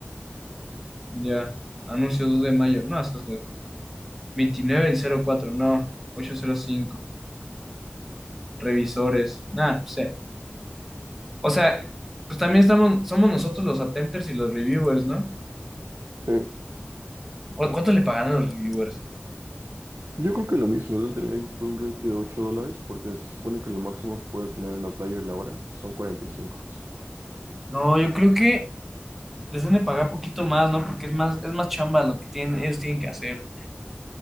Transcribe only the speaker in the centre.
ya. Anuncios 2 de mayo. No, eso es de 29 del 04, no. ocho cero cinco, Revisores. Nada, sé. O sea, pues también estamos, somos nosotros los attempters y los reviewers, ¿no?
¿Cu- ¿Cuánto le pagan a los reviewers?
No, yo creo que les deben de pagar poquito más, ¿no? Porque es más, es más chamba lo que tienen, ellos tienen que hacer.